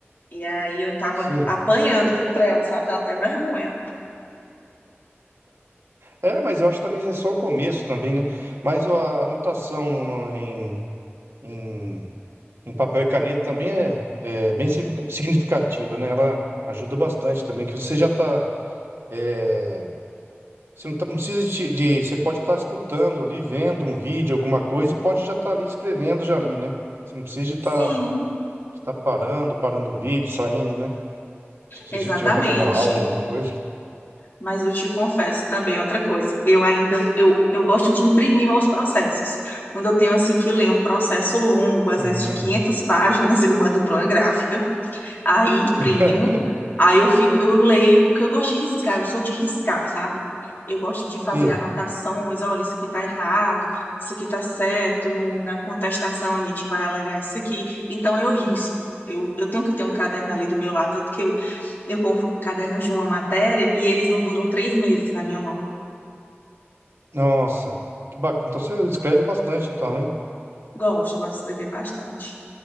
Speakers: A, on the left (about 50°); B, on the right (about 70°).
A: E aí eu tava
B: Sim.
A: apanhando pro Trello, sabe? Dá até vergonha.
B: É, mas eu acho que também isso é só o começo também, né? Mas ó, a anotação no- no- em, em, em papel e caneta também é, é bem significa- significativa, né? Ela ajuda bastante também, que você já tá... é, você não, tá- não precisa de, de- Você pode estar escutando ali, vendo um vídeo, alguma coisa, e pode já estar ali escrevendo já ali, né? Você não precisa de estar
A: Sim,
B: de tá parando, parando o vídeo, saindo, né? Se se
A: exatamente.
B: você estiver fazendo uma aula, alguma coisa.
A: Mas eu te confesso também outra coisa. Eu ainda, eu, eu gosto de imprimir meus processos. Quando eu tenho, assim, que ler um processo longo, às
B: Hum,
A: vezes de 500 páginas, <laughs> eu mando para uma gráfica Aí imprimo,
B: <laughs>
A: aí eu fico, eu leio, porque eu gosto de riscar, eu sou de riscar, sabe? Eu gosto de fazer
B: sim.
A: anotações, olha, isso aqui tá errado, isso aqui tá certo, no- na contestação a gente vai alegar isso aqui. Então eu risco. Eu, eu tenho que ter um caderno ali do meu lado, tanto que eu, eu compro cadernos de uma matéria e eles não duram três meses na minha mão.
B: Nossa, que bacana. Então você escreve bastante, então, hein?
A: Gosto, gosto de escrever bastante.